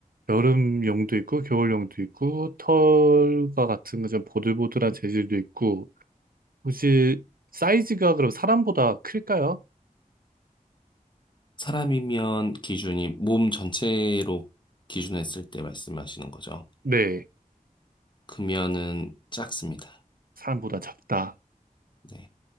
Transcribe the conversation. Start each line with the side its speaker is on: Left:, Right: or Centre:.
Right: 여름용도 있고, 겨울용도 있고, 털과 같은 거 좀 보들보들한 재질도 있고, 혹시 사이즈가 그럼 사람보다 클까요?
Left: 사람이면 기준이 몸 전체로 기준했을 때 말씀하시는 거죠.
Right: 네,
Left: 금연은 작습니다.
Right: 사람보다 작다.
Left: 네.